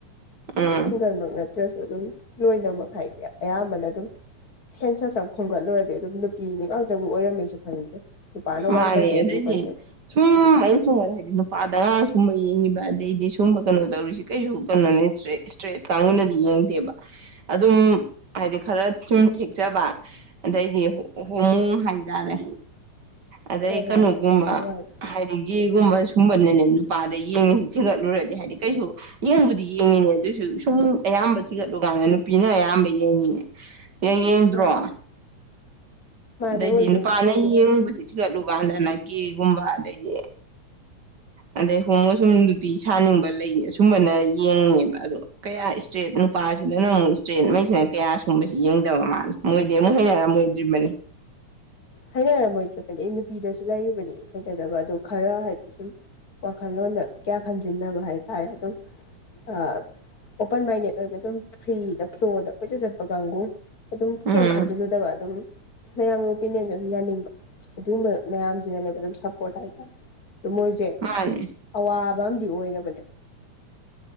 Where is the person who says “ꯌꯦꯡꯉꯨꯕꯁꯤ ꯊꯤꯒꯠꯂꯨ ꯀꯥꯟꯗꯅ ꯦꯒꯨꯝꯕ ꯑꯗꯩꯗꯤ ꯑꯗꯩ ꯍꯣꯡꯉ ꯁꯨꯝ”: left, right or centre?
Right